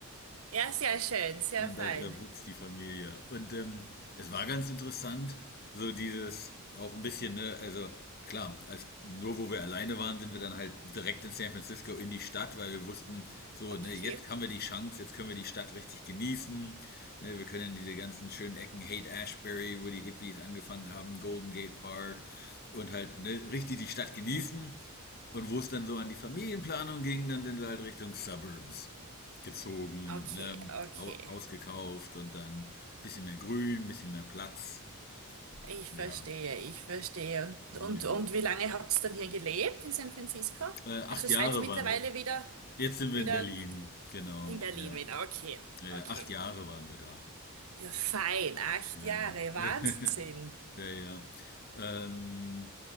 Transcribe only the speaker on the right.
Ja, sehr schön, sehr
fein.
Okay,
okay,
okay.
Ich
verstehe, ich verstehe. Und,
und, und wie lange habt ihr dann hier gelebt in San Francisco?
Also
seid mittlerweile
wieder,
wieder
in Berlin
wieder. Okay,
okay.
Ja, fein, acht
Jahre,
Wahnsinn.